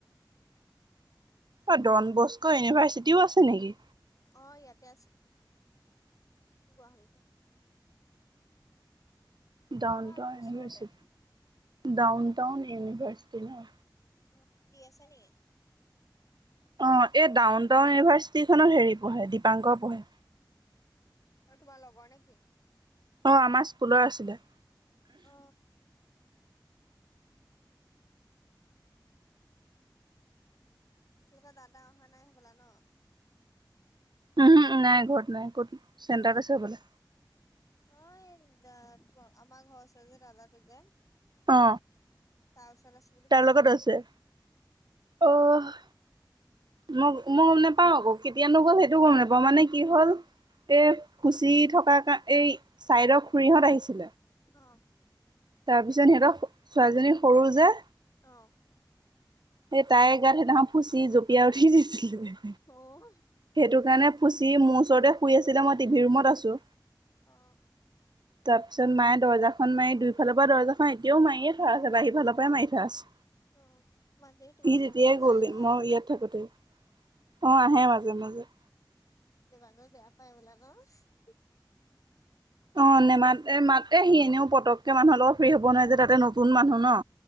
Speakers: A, on the right (about 65°); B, on the left (about 45°).
A: এ ডন বস্কো ইউনিভাৰ্চিটিও আছে নেকি?
B: অ ইয়াতে আছে গুৱাহাটীতে
A: ডাউন
B: আমাৰ
A: টাউন
B: অলপ ওচৰতে
A: ইউনিভাৰ্চিটি ডাউন টাউন ইউনিভাৰ্চিটি ন
B: উম দি আছে নেকি
A: অ এই ডাউন টাউন ইউনিভাৰ্চিটিখনত হেৰি পঢ়ে দীপাংকৰ পঢ়ে
B: অ তোমাৰ লগৰ নেকি?
A: অ আমাৰ স্কুলৰ আছিলে।
B: অ এতিয়ালৈকে দাদা অহা নাই হ'বলা ন
A: উম হু নাই ঘৰত নাই ক'ত চেণ্টাৰত আছে বোলে
B: অ এই দা তোমাৰ আমাৰ ঘৰৰ ওচৰৰ দাদা টো যে
A: অ
B: তাৰ ওচৰত বুলি
A: তাৰ
B: কৈছিলে
A: লগত আছে, আহ মই মই গম নেপাওঁ আকৌ কেতিয়ানো গ'ল সেইটোও গম নেপাওঁ মানে কি হ'ল এ খুচি থকা এই চাইডৰ খুৰীহঁত আহিছিল
B: অ
A: তাৰপিছত সিহঁতৰ ছোৱালীজনী সৰু যে
B: অ
A: সেই তাইৰ গাত সেইদিনাখন ফুচি জঁপিয়াই উঠি দিছিলে
B: অ
A: সেইটো কাৰণে ফুচি মোৰ ওচৰতে শুই আছিলে মই টিভি ৰুমত আছোঁ
B: অ
A: তাৰ পিছত মায়ে দৰ্জাখন মাৰি দুইফালৰ পৰা দৰ্জাখন এতিয়াও মাৰিয়ে থোৱা আছে বাহিৰ ফালৰ পৰাই মাৰি থোৱা আছে,
B: অ মাজেৰি তোমালোকৰ
A: ই তেতিয়াই
B: ঘৰলে যায়
A: গ'ল দেই
B: ন
A: মই ইয়াত থাকোতে অ আহে মাজে মাজে
B: দীপাংকৰে বেয়া পায় বোলে ন
A: অ নেমাতে মাতে সি এনেও পতকে মানুহৰ লগত ফ্ৰী হ'ব নোৱাৰে যে তাতে নতুন মানুহ ন